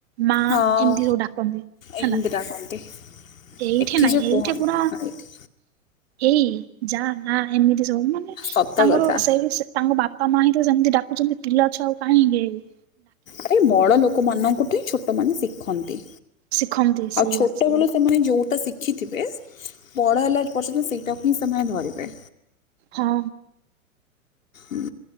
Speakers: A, on the right; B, on the left.
A: ମା
B: ହଁ
A: ଏମିତି ସବୁ ଡାକନ୍ତି
B: ଏମିତି
A: ହେଲା।
B: ଡାକନ୍ତି
A: ଏଇଠି
B: ଏଠି
A: ନାଇଁ
B: ଯେ
A: ଏଇଠ
B: କୁହନି
A: ଏଇଠି ପୁରା
B: ହଁ, ଏଠି
A: ଏଇ ଯା ନା ଏମିତି ସବୁ ମାନେ ତାଙ୍କର
B: ସତ କଥା
A: ସେଇ ତାଙ୍କ ବାପା ମା ହିଁ ତ ସେମିତି ଡାକୁଛନ୍ତି ପିଲା ଛୁଆ ଆଉ କାହିଁ ହେବିନି।
B: ଆରେ ବଡ଼ ଲୋକମାନଙ୍କଠୁ ହିଁ ଛୋଟମାନେ ଶିଖନ୍ତି।
A: ଶିଖନ୍ତି। ସେଇଆ
B: ଆଉ ଛୋଟବେଳୁ
A: ସେଇଆ।
B: ସେମାନେ ଯୋଉଟା ଶି ଶଖିଥିବେ ବଡ଼ ହେଲା ପର୍ଯ୍ୟନ୍ତ ସେଇଟାକୁ ହିଁ ସେମାନେ ଧରିବେ।
A: ହଁ।
B: ହ